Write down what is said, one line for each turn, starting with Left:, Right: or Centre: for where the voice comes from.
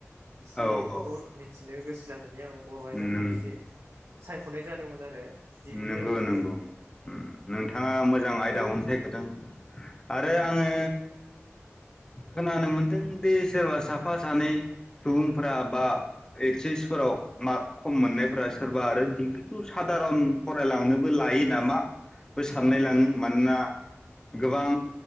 Right: इसे
Left: औ औ
Right: एफोरखौ मिथिनो गोस <unintelligible> आं बर' आयदाखौ
Left: नों
Right: एसे सायख'नाय जादोंमोन आरो। डिग्रि
Left: नोंगौ
Right: लेभेलावहाय
Left: नंगौ। उम नोंथाङा मोजां आयदाखौनो
Right: ओरै
Left: सायख'दों आरो
Right: उम
Left: आङो
Right: उम
Left: खोनानो मोनदों बे सोरबा साफा सानै
Right: उम
Left: सुबुंफ्रा बा
Right: उम
Left: एसे फोराव मा खम मोननायफोरा
Right: उम
Left: सोरबा आरो डिग्रिखौ सादारन। जालांनोबो लायो
Right: उम
Left: नामा बो साननाय लाङो
Right: उम
Left: मानोना गोबां